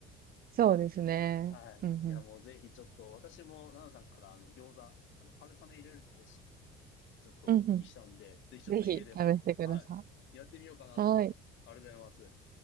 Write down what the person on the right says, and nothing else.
そうですね。
うんうん。
うんうん。
ぜひ試してくださ
い。はい。